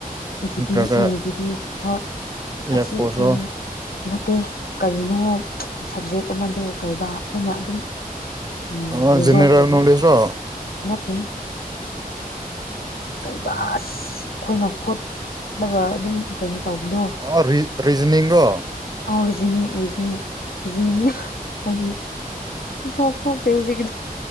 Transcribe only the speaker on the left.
ꯖꯤꯗꯤ
ꯎꯝ ꯖꯤꯗꯤ ꯍꯣꯏ
ꯑꯁꯤ
ꯎꯝ ꯅꯠꯇꯦ ꯀꯔꯤꯅꯣ ꯁꯕꯖꯦꯛ ꯑꯃꯗ ꯀꯩꯕꯥ ꯑꯩꯈꯣꯏꯅ ꯑꯗꯨꯝ ꯎꯝ
ꯔꯤꯖꯣꯗ
ꯅꯠꯇ ꯀꯩꯕ
ꯑꯩꯈꯣꯏꯅ ꯍꯣꯠꯂꯒ ꯑꯗꯨꯝ ꯀꯩꯅꯣ ꯇꯧꯕꯗꯣ
ꯑꯣꯔꯤꯖ ꯍꯧꯖꯤꯅ ꯑꯩꯗꯤ ꯁꯨꯡꯊꯣꯛ ꯊꯣꯛꯄꯦ ꯍꯧꯖꯤꯛ